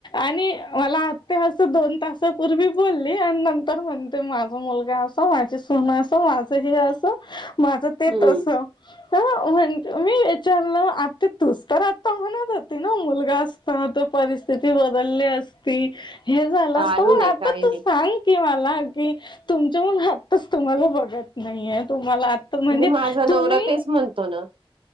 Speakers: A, on the left; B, on the right.
A: आणि मला आत्या असं दोन तासापूर्वी बोलली आणि नंतर म्हणते माझा मुलगा माझे सून असं माझं हे असं माझं ते
B: हम्म,
A: तसं, अं मी विचारलं आत्या तूच तर आता म्हणत होती ना मुलगा असता तर परिस्थिती बदलली असती हे झालं
B: काही
A: असतं मग
B: नाही,
A: आता
B: काही
A: तू
B: नाही.
A: सांग कि मला ही तुमचं मूल आताचं तुम्हाला बघत नाहीेये तुम्हाला आता म्हणजे
B: माझा नवरा
A: तुम्ही
B: तेच म्हणतो ना.